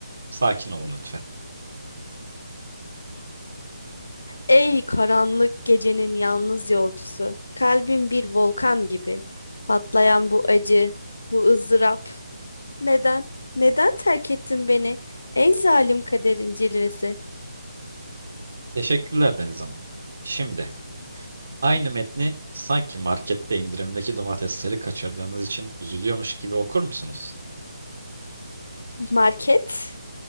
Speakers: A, on the right (about 55°); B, on the left (about 70°).
A: Sakin olun lütfen.
B: Ey karanlık gecenin yalnız yolcusu. Kalbim bir volkan gibi. Patlayan bu acı, bu ızdırap. Neden? Neden terk ettin beni? Ey zalim kaderin cilvesi.
A: Teşekkürler Deniz Hanım. Şimdi aynı metni sanki markette indirimdeki domatesleri kaçırdığınız için üzülüyormuş gibi okur musunuz?
B: Market?